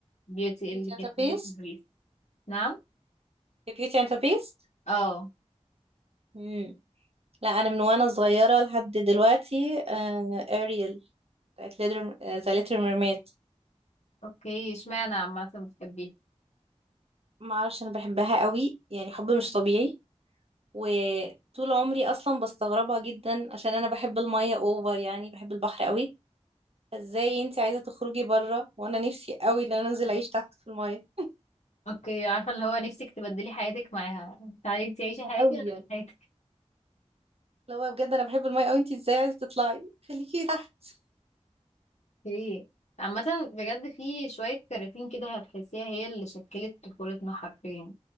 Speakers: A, on the left; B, on the right.
A: وبيوتي
B: كيتي
A: اللي كانت
B: انت
A: في
B: بيست
A: بيت البريف نعم
B: كيتي انت بيست
A: اه
B: مم. لا انا من وانا صغيرة لحد دلوقتي آه اريل بتاعت ليدر آه... ذا ليتل ميرميد
A: اوكي اشمعنى عامه بتحبيها
B: ما اعرفش انا بحبها قوي يعني حب مش طبيعي وطول عمري اصلا بستغربها جدا عشان انا بحب المية اوفر يعني بحب البحر قوي ازاي انت عايزة تخرجي بره وانا نفسي قوي ان انا انزل اعيش تحت في المية
A: اوكي عارفه اللي هو نفسك تبدلي حياتك معاها تعالي انتي عيشي
B: ده
A: حياتي
B: قوي
A: وانا
B: يعني
A: أعيش
B: لو بجد انا بحب المية قوي انت ازاي عايزة تطلعي خليكي تحت
A: ايه عامة بجد في شوية كراتين كده هتحسيها هي اللي شكلت طفولتنا حرفيا